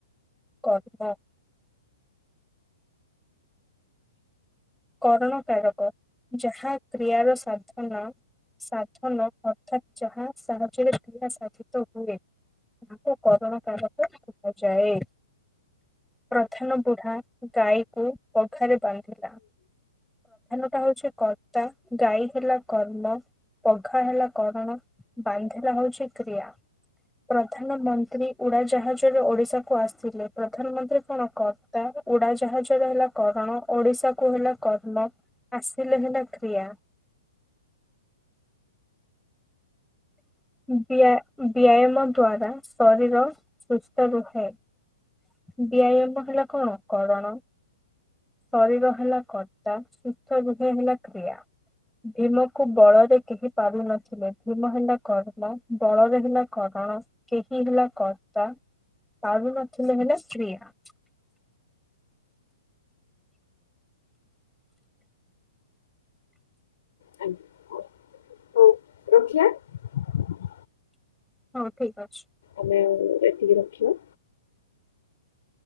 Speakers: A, in the centre; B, on the left.
A: କର୍ମ। କରଣକାରକ ଯାହା କ୍ରିୟାର ସାଧନ ସାଧନ ଅର୍ଥାତ୍ ଯାହା ସାହାଯ୍ୟରେ କ୍ରିୟା ସାଧିତ ହୁଏ। ତାକୁ କରଣ କାରକ କୁହାଯାଏ। ପ୍ରଧାନ ବୁଢା ଗାଈକୁ ପଘାରେ ବାନ୍ଧିଲା। ଏଇଟା ହଉଛି କର୍ତ୍ତା ଗାଈ ହେଲା କର୍ମ ପଘା ହେଲା କରଣ ବାନ୍ଧିଲା ହଉଛି କ୍ରିୟା। ପ୍ରଧାନମନ୍ତ୍ରୀ ଉଡାଜାହାଜରେ ଓଡିଶା କୁ ଆସିଲେ ପ୍ରଧାନମନ୍ତ୍ରୀ କଣ କର୍ତ୍ତା। ଉଡାଜାହାଜ ହେଲା କରଣ ଓଡିଶା କୁ ହେଲା କର୍ମ ଆସିଲେ ହେଲା କ୍ରିୟା। !!!!!!!!!! ବ୍ୟାୟାମ ହେଲା କଣ କରଣ ଶରୀର ହେଲା କର୍ତ୍ତା ସୁସ୍ଥ ହୃହୟ ହେଲା କ୍ରିୟା। ଭୀମକୁ ବଳରେ କେହି ପାରୁନଥିଲେ ଭୀମ ହେଲା କଣ? ବଳରେ ହେଲା କରଣ କେହି ହେଲା କର୍ତ୍ତା ପାରୁନଥିଲେ ହେଲା କ୍ରିୟା।
B: ହଉ ରଖିିବା।
A: ହଁ ଠିକ ଅଛି।
B: ଆମେ ଏତିକି ରଖିବା।